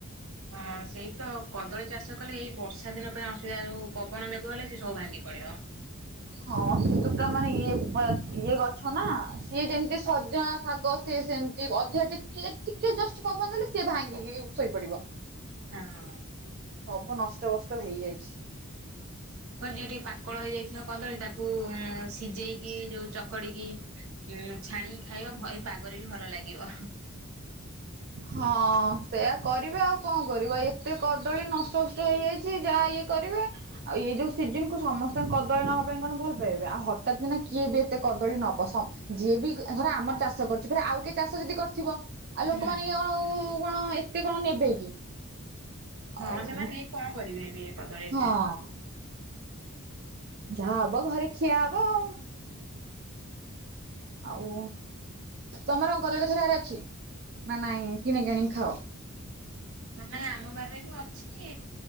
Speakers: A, on the right (about 70°); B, on the right (about 50°).
A: ହଁ ସେଇ ତ କଦଳୀ ଚାଷ କଲେ ଏଇ ବର୍ଷା ଦିନ ପାଇଁ ଅସୁବିଧା ଯୋଉ ପବନ ମେଗୁ ହେଲେ ସେ ସବୁ ଭାଙ୍ଗି ପଡିବ।
B: ହଁ ସେତୁ ପୁରା ମାନେ ଇଏ ଆ ଇଏ ଗଛ ନା ସିଏ ଯେମିତି ସଜନା ଶାଗ ସିଏ ସେମିତି ଅଧା ଟିକେ ଟିକେ ଜଷ୍ଟ ପବନ ଦେଲେ ସିଏ ଭାଙ୍ଗିକି ଶୋଇପଡିବ।
A: ହଁ।
B: ସବୁ ନଷ୍ଟ ବଷ୍ଟ ହେଇଯାଇଛି।
A: ଅ ଯିଏ ଟିକେ ପାକଳ ହେଇଯାଇଥିଲା କଦଳୀ ତାକୁ ଉମ୍ ସିଜେଇକି ଯୋଉ ଚକଡିକି ଉଁ ଛାଣିକି ଖାଇବ ମୋ ଏ ପାଗରେ ବି ଭଲ ଲାଗିବ ଅ ହଁ।
B: ହଁ ସେଇୟା କରିବେ ଆଉ କଣ କରିବା। ଏତେ କଦଳୀ ନଷ୍ଟ ଭଷ୍ଟ ହେଇଯାଇଚି। ଯାଆ ଇଏ କରିବେ ଆଉ ଏଇ ଯୋଉ ସିଜିନ୍ କୁ ସମସ୍ତଙ୍କ କଦଳୀ ନବା ପାଇଁ କଣ ଭଲ ପାଇବେ ଆଉ ହଠାତ୍ କିନା କିଏ ବି ଏତେ କଦଳୀ ନବସମ ଯିଏ ବି ଧର ଆମର ଚାଷ କରୁଛି ଫରେ ଆଉ କିଏ ଚାଷ ଯଦି କରିଥିବ ଆଉ ଲୋକମାନେ
A: ହୁଁ
B: ଆଉ କଣ ଏତେ କଣ ନେବେ କି
A: ହଁ
B: ଆଉ
A: ସେମାନେ ନେଇ କଣ କରିବେ ଏବେ ଏ କଦଳୀ ଏତେ
B: ହଁ ଯାହା ହବ ଘରେ ଖିଆ ହବ ଆଉ ଆଉ ତମର କଦଳୀଗଛ ଏହାର ଅଛି ନା ନାଇଁ କିଣି କିଣିିକି ଖାଅ?
A: ହ ନା ଆମ ବାରରେ ଯୋଉ ଅଛି